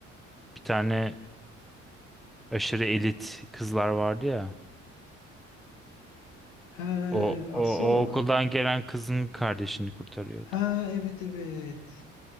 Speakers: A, in the centre; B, on the left.
A: bir tane aşırı elit kızlar vardı ya.
B: He,
A: O,
B: Asyalı
A: o, o
B: mı?
A: okuldan gelen kızın kardeşini kurtarıyordu.
B: Ha evet evet.